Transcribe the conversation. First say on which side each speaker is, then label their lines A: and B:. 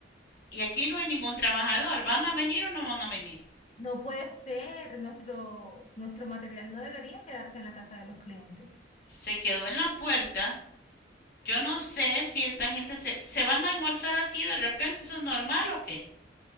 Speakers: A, on the left; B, on the left.
A: y aquí no hay ningún trabajador. ¿Van a venir o no van a venir?
B: No puede ser, nuestro, nuestro material no debería quedarse en la casa de los clientes.
A: Se quedó en la puerta. Yo no sé si esta gente se, se van a almorzar así de repente, ¿eso es normal o qué?